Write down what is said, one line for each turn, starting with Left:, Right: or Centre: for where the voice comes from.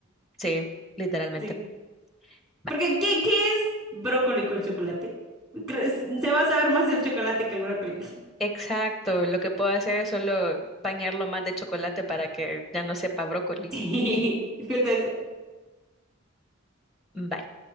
Right: <laughs>
Centre: Sí, literalmente.
Right: Sí.
Centre: Ba-
Right: Porque, ¿qué, qué es brócoli con chocolate? Creo- Se va a saber más el chocolate que el brócoli. <laughs>
Centre: Exacto, lo que puedo hacer es solo bañarlo más de chocolate para que ya no sepa brócoli.
Right: Sí, justo eso.
Centre: Bye.